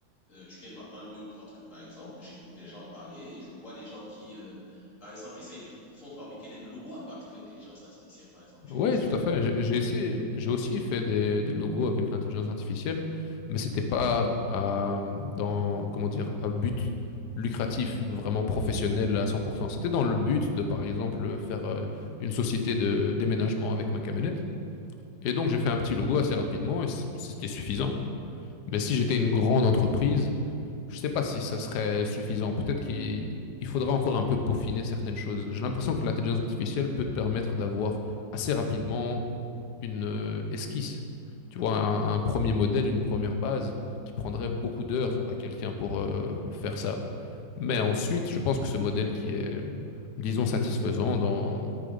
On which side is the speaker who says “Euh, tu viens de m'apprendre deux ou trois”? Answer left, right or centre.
Left